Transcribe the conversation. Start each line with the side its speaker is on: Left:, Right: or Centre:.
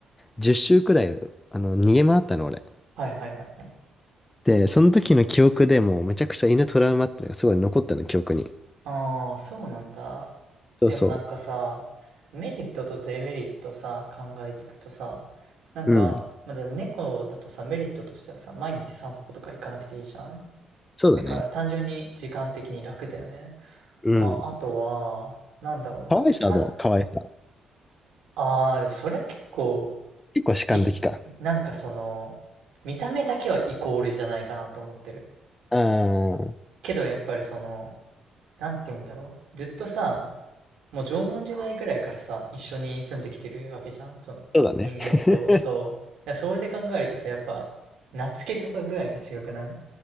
Left: 10周くらい、あの、逃げ回ったの、俺。
Right: はいはいはいはい。
Left: で、その時の記憶でもうめちゃくちゃ犬トラウマってのがすごい残ったの、記憶に。
Right: ああ、そうなんだ。
Left: そうそ
Right: でもなんかさ、メリットとデメリットさ、考えていくとさ、なんか、
Left: う。うん。
Right: まあ、じゃあ猫だとさ、メリットとしてはさ、毎日散歩とか行かなくていいじゃん。
Left: そうだね。
Right: だから単純に時間的に楽だよね。
Left: うん。
Right: まあ、あとは、なんだろうな。
Left: 可愛さはどう可愛さ。
Right: さ、ああ、でもそれは結構、
Left: 結構主観的か。
Right: い、なんかその、見た目だけはイコールじゃないかなと思ってる。
Left: ああ、
Right: けどやっぱりその、なんて言うんだろう。ずっとさ、もう縄文時代ぐらいからさ、一緒に住んできてるわけじゃん。その、
Left: そうだね。
Right: 人間と、
Left: <laughs>
Right: そう。だからそれで考えるとさ、やっぱ、懐けとかぐらいが違くない